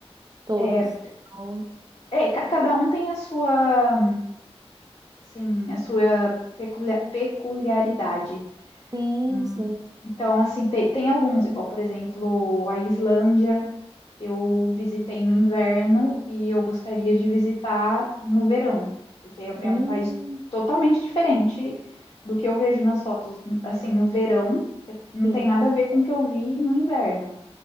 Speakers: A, on the right; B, on the left.
A: Todos.
B: é,
A: Então,
B: é, ca- cada um tem a sua, assim, a sua peculia- peculiaridade.
A: sim,
B: Hum,
A: sim.
B: Então, assim, tem, tem alguns, igual, por exemplo, a Islândia, eu visitei no inverno e eu gostaria de visitar no verão, porque é
A: Hum,
B: é um país totalmente diferente do que eu vejo nas fotos. Assim, no verão, é- não
A: sim.
B: tem nada a ver com o que eu vi no inverno.